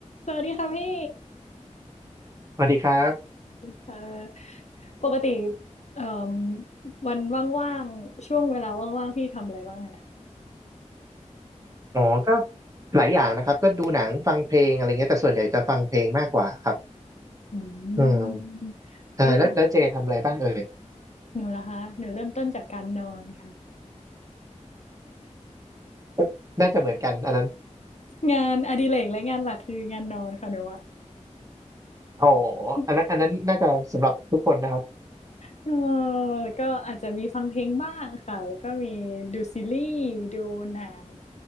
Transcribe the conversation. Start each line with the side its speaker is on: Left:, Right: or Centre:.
Left: สวัสดีค่ะพี่
Right: สวัสดีครับ
Left: เอ่อปกติเอ่มวันว่างๆช่วงเวลาว่างๆพี่ทำอะไรบ้างคะ
Right: อ๋อก็หลายอย่างนะครับก็ดูหนังฟังเพลงอะไรเงี้ยแต่ส่วนใหญ่จะฟังเพลงมากกว่าครับ
Left: อื
Right: อืม
Left: ม
Right: ใช่แล้วแล้วเจทำอะไรบ้างเอ่ย
Left: พี่ของหนูนะคะหนูเริ่มต้นจากการนอนค่ะ
Right: <laughs> น่าจะเหมือนกันอันนั้น
Left: <laughs> งานอดิเรกและงานหลักคืองานนอนค่ะหนูอะ
Right: อ๋อ
Left: <laughs>
Right: อันนั้นอันนั้นน่าจะสำหรับทุกคนนะครับ
Left: เออแล้วก็อาจจะมีฟังเพลงบ้างค่ะแล้วก็มีดูซีรีส์ดูหนัง